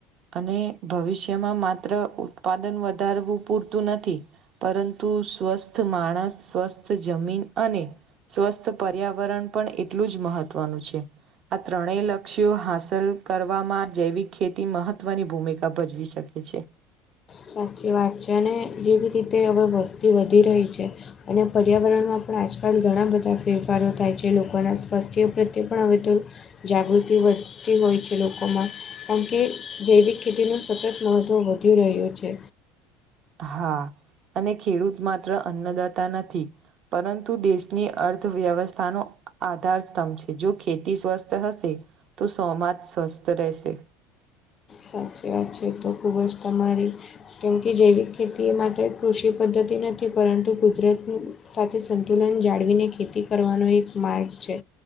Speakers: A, on the right; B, on the left.
A: અને ભવિષ્યમાં માત્ર ઉત્પાદન વધારવું પૂરતું નથી પરંતુ સ્વસ્થ માણસ સ્વસ્થ સ્વથ જમીન અને સ્વસ્થ પર્યાવરણ પણ એટલું જ મહત્વનું છે. આ ત્રણેય લક્ષ્યો હાંસલ કરવા કરવામાં જૈવિક ખેતી મહત્વની ભૂમિકા ભજવી શકે છે.
B: સાચી વાત છે અને જેવી રીતે હવે વસ્તી વધી રહી છે. અને પર્યાવરણમાં પણ આજકાલ ઘણા બધા ફેરફારો થાય છે લોકોનાં સ્વાસ્થ્ય પ્રત્યે પણ હવે તો જાગૃતિ વધતી હોય છે લોકોમાં કારણ કે જૈવિક ખેતીનું સતત મહત્ત્વ વધુ વધી રહ્યું છે.
A: હા અને ખેડૂત માત્ર અન્નદાતા નથી પરંતુ દેશની અર્થ અર્થવ્યવસ્થાનો આધાર સ્તંભ છે જો ખેતી સ્વસ્થ હશે. તો સૌમાજ સ્વસ્થ રેહશે.
B: સાચી વાત છે એ તો ખૂબ જ તમારી કેમ કે જૈવિક ખેતી એ માત્ર કૃષિ પદ્ધતિ નથી પરંતુ કુદરતની સાથે સંતુલન જાળવીને ખેતી કરવાનો એક માર્ગ છે.